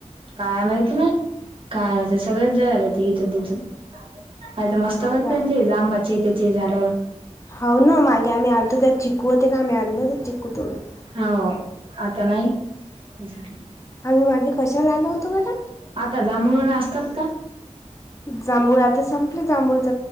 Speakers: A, on the right; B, on the left.
A: काय माहिती ना काय माहि सगळच जळ आले ते इथून तिथून अ तर मस्त
B: हाव
A: होते
B: का
A: त्यांचे जांबाचे त्याचे झाड
B: हो ना मागे आम्ही आणलतो त्या चिक्ू होते ना आम्ही आणलो ते चिककू तोडत
A: हो आता नाही झा
B: आम्ही मागे कशाला आलो होतो बड
A: आता जांभळना असतात का
B: जांभूळ आता संपले जांभूळच